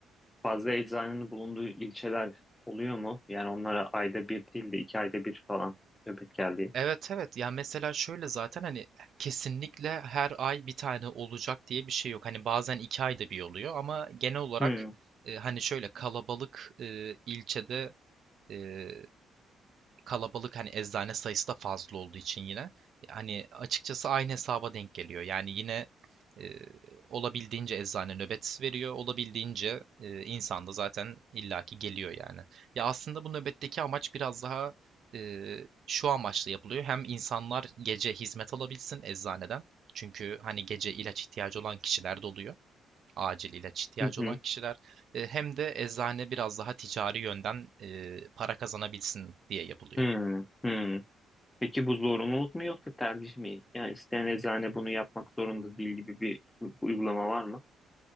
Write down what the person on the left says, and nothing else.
fazla eczanenin bulunduğu ilçeler oluyor mu? Yani onlara ayda bir değil de iki ayda bir falan nöbet geldiği.
Hı
hı,
hı hı, hı. Peki bu zorunluluk mu yoksa tercih mi? Yani isteyen eczane bunu yapmak zorunda değil gibi bir u- uygulama var mı?